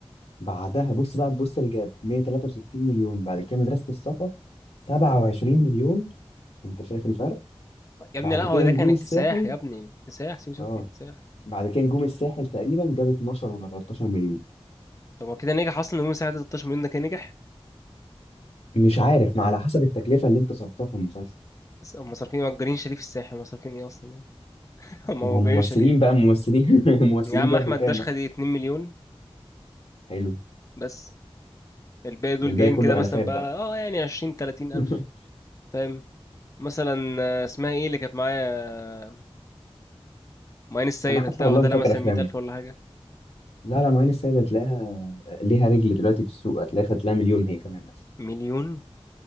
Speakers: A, on the left; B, on the left.
A: بعدها بص بقى بص الجاب 163 مليون بعد كده مدرسة الصفا 27 مليون انت شايف الفرق
B: يا
A: بعد
B: ابني لا هو
A: كده
B: ده
A: نجوم
B: كان اكتساح
A: الساحل
B: يا ابني اكتساح سيب سيب
A: اه
B: كان اكتساح
A: بعد كده نجوم الساحل تقريبا جاب 12 ولا 13 مليون
B: طب هو كده نجح أصلا نجوم الساحل ده 16 مليون ده كان نجح
A: مش عارف ما على حسب التكلفة اللي انت صرفتها في المسلسل
B: بس هم صارفين إيه؟ مأجرين شاليه في الساحل هم صارفين إيه أصلا <laughs> هم مأجرين
A: ما هم ممثلين
B: شاليه
A: بقى ممثلين <laughs> ممثلين
B: يا عم
A: بياخدوا
B: أحمد
A: كام
B: داش
A: مثلا
B: خد 2 مليون
A: حلو
B: بس الباقي دول
A: الباقي
B: جايين
A: كله
B: كده مثلا
A: ألفات
B: بقى
A: بقى
B: اه يعني 20 30
A: <laughs>
B: ألف فاهم مثلا آه، اسمها ايه اللي كانت معايا ماين السيد
A: انا حتى
B: هتلاقي
A: والله
B: واخدها
A: ما
B: لها
A: فاكر
B: مثلا
A: افلامه
B: 100 ألف ولا حاجة
A: لا لا معين السيد هتلاقيها ليها رجل دلوقتي في السوق هتلاقيها خدت لها مليون هي كمان بس
B: مليون